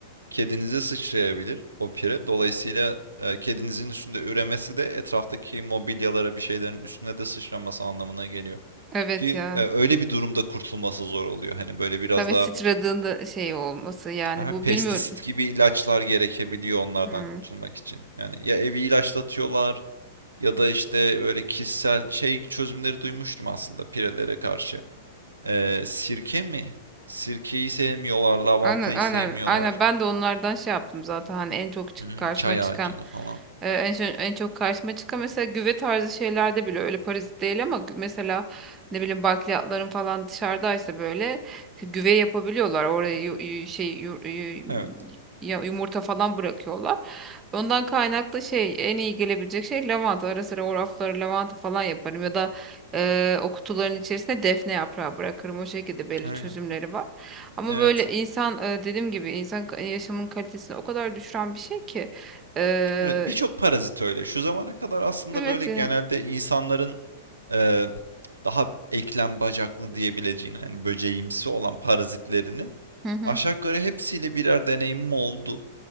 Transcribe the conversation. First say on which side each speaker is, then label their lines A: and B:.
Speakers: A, on the right (about 90°); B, on the right (about 25°).
A: kedinize sıçrayabilir o pire. Dolayısıyla e, kedinizin üstünde üremesi de etraftaki mobilyalara bir şeylerin üstüne de sıçraması anlamına geliyor.
B: Evet
A: Ki
B: ya.
A: e, öyle bir durumda kurtulması zor oluyor. Hani böyle biraz
B: Tabii
A: daha
B: sıçradığında şey olması yani
A: aha,
B: bu
A: pestisit
B: bilmiyorum.
A: gibi ilaçlar gerekebiliyor onlardan
B: Hmm.
A: kurtulmak için. Yani ya evi ilaçlatıyorlar ya da işte böyle kişisel şey çözümleri duymuştum aslında pirelere karşı. Ee, sirke mi? Sirkeyi sevmiyorlar, lavantayı
B: Aynen aynen
A: sevmiyorlar.
B: aynen ben de onlardan şey yaptım zaten hani en çok çık
A: Hı hı,
B: karşıma
A: Çay
B: çıkan
A: ağacını falan.
B: e, en, şey- en çok karşıma çıkan mesela güve tarzı şeylerde bile öyle parazit değil ama gü- mesela ne bileyim bakliyatların falan dışarıdaysa böyle güve yapabiliyorlar oraya yu- yu- şey yu- yu-
A: Evet,
B: ya- yumurta falan bırakıyorlar. Ondan kaynaklı şey en iyi gelebilecek şey lavanta ara sıra o rafları lavanta falan yaparım ya da e, o kutuların içerisine defne yaprağı bırakırım o şekilde belli
A: aynen.
B: çözümleri var. Ama
A: Evet.
B: böyle insan e, dediğim gibi insan ka- yaşamın kalitesini o kadar düşüren bir şey ki. Eee,
A: Evet, birçok parazit öyle. Şu zamana kadar aslında
B: evet.
A: böyle genelde
B: e,
A: insanların e, daha eklem bacaklı diyebileceğin yani böceğimsi olan parazitlerinin
B: Hı hı.
A: aşağı yukarı hepsiyle birer deneyimim oldu.